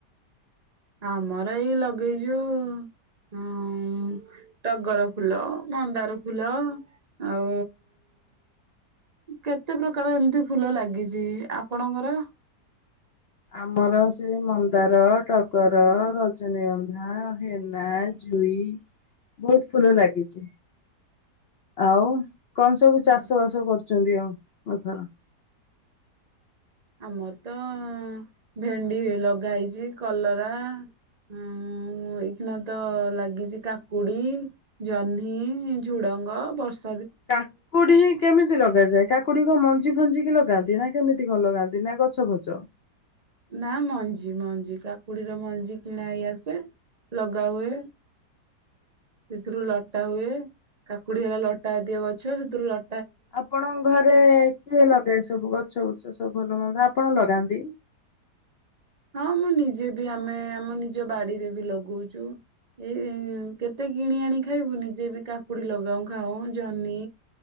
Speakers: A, on the right; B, on the left.
A: ଆମର ଏଇ ଲଗେଇଛୁ ହଁ ଟଗର ଫୁଲ ମନ୍ଦାର ଫୁଲ ଆଉ? କେତେ ପ୍ରକାର ଏମିତି ଫୁଲ ଲାଗିଚି ଆପଣଙ୍କର?
B: ଆମର ସେ ମନ୍ଦାର, ଟଗର, ରଜନୀଗନ୍ଧା, ହେନା, ଯୁ ଇ ବୋହୁତ ଫୁଲ ଲାଗିଚି ଆଉ। କଣ ସବୁ
A: ହୁଁ
B: ଚାଷ ବାସ କରୁଚନ୍ତି ଆଉ ଏଥର?
A: ଆମର ତ ଭେଣ୍ଡି ଲଗା ହେଇଚି କଲରା ଉଁ ହୁଁ ଏଇଖିନା ତ ଲାଗିଚି କାକୁଡି, ଜହ୍ନି, ଝୁଡଙ୍ଗ ବର୍ଷ
B: କାକୁଡି ହି କେମିତି ଲଗ? ଲଗାଯାଏ କାକୁଡି କ ମଞ୍ଜି ଫଞ୍ଜିିକି ଲଗାନ୍ତି ନା କେମିତି କଣ ଲଗାନ୍ତି ନା ଗଛ ଫଛ?
A: ନା ମଞ୍ଜି ମଞ୍ଜି କାକୁଡିର ମଞ୍ଜି କିଣା ହେଇ ଆସେ ଲଗା ହୁଏ। ସେଥିରୁ ଲଟା ହୁଏ କାକୁଡି ହେଲା ଲଟାଜାତିୟ ଗଛ ସେଥିରୁ ଲ
B: ଆପଣଙ୍କ ଘରେ କିଏ ଲଗାଏ ସବୁ ଗଛ ବୁଛ ସବୁ ଭଲ ମନ୍ଦ ଆପ ଆପଣ ଲଗାନ୍ତି?
A: ହଁ ମୁଁ ନିଜେ ବି ଆମେ ଆମ ନିଜ ବାଡିରେ ବି ଲଗଉଛୁ। ଏଇ କେତେ କିଣି ଆଣି ଖାଇବୁ ନିଜେ ବି କାକୁଡି ଲଗାଉ ଖାଉ ଜହ୍ନି